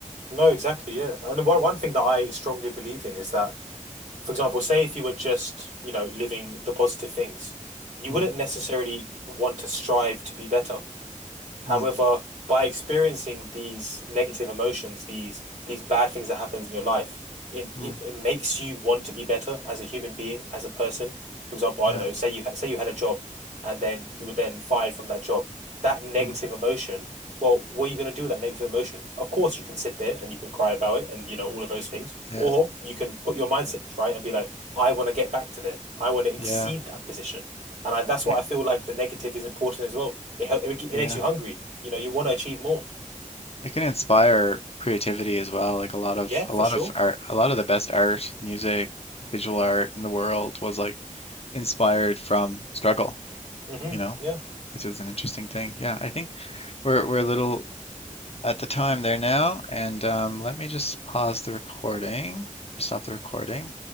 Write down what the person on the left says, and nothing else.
Mm,
mm,
mm,
yeah,
mm,
yeah,
yeah,
it,
yeah.
It can inspire creativity as well. Like a lot of
a
lot
of art, a lot of the best art, music, visual art in the world was like inspired from struggle,
you know,
which is an interesting thing. Yeah, I think we're we're a little at the time there now. And um, let me just pause the recording or stop the recording.